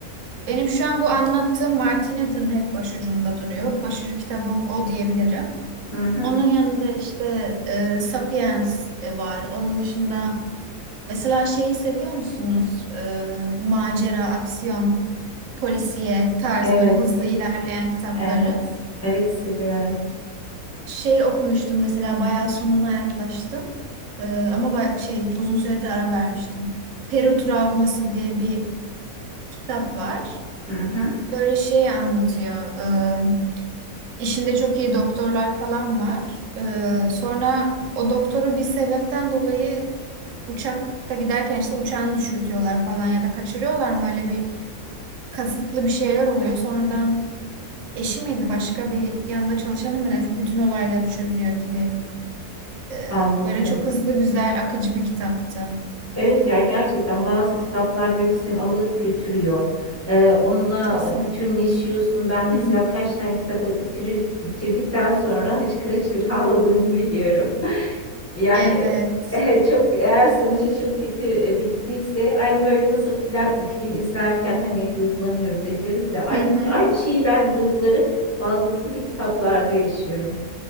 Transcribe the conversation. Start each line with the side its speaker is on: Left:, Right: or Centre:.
Right: Benim şu an bu anlattığım Martin Eden hep başucumda duruyor. Başucu kitabım o diyebilirim.
Left: Hı hı.
Right: Onun yanında işte e, Sapiens e, var. Onun dışında mesela şeyi seviyor musunuz? E, macera, aksiyon, polisiye tarzı
Left: Evet,
Right: böyle hızlı ilerleyen kitapları.
Left: evet, evet seviyorum.
Right: Şey okumuştum mesela bayağı sonuna yaklaştım. Ee, ama ba- şey uzun süredir ara vermiştim. Peru Travması diye bir kitap var.
Left: Hı hı.
Right: Böyle şey anlatıyor. Ee, işinde çok iyi doktorlar falan var. Ee, sonra o doktoru bir sebepten dolayı uçakta giderken işte uçağını düşürtüyorlar falan ya da kaçırıyorlar mı? Öyle bir kasıtlı bir şeyler oluyor. Sonradan eşi miydi başka bir yanında çalışanı mı ne bütün olayları çözüyor gibi Ee,
Left: Anladım.
Right: böyle çok hızlı, güzel, akıcı bir kitaptı.
Left: Evet ya gerçekten bazı kitaplar böyle seni alıp götürüyor. Ee, onunla
Right: Kesinlikle.
Left: bütünleşiyorsun. Ben mesela
Right: Hı.
Left: kaç tane kitabı bitirir, bitirdikten sonra hıçkıra hıçkıra ağladığımı biliyorum. <laughs> Yani
Right: Evet.
Left: eh, çok eğer sonucu çok kötü eh, bittiyse aynı böyle nasıl film, film izlerken hani duygulanıyoruz ediyoruz ya aynı,
Right: Hı hı.
Left: aynı şeyi ben duyguları fazlasıyla kitaplarda yaşıyorum.